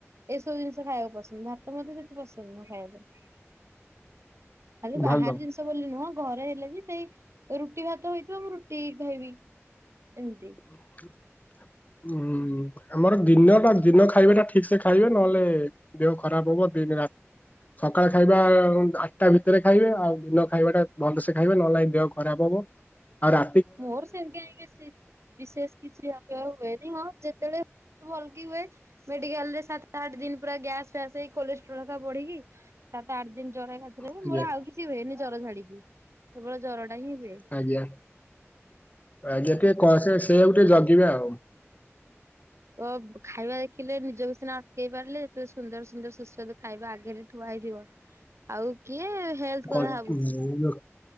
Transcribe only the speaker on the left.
ଭଲ।
ହ <unintelligible> ହୁଁ ଆମର ଦିନଟା ଦିନ ଖାଇବାଟା ଠିକ ସେ ଖାଇବେ ନହେଲେ ଦେହ ଖରାପ ହବ ଦିନ୍ ରା ସକାଳେ ଖାଇବା ଆଠଟା ଭିତରେ ଖାଇବେ ଆଉ ଦିନ ଖାଇବାଟା ଭଲସେ ଖାଇବେ ନହେଲେ ନାଇ ଦେହ ଖରାପ ହବ। ଆଉ ରା
ଆଜ୍ଞା
ଆଜ୍ଞା ଆଜ୍ଞା ଟିକେ କ ସେୟା କୁ ଟିକେ ଜଗିବେ ଆଉ
କ
ରୋ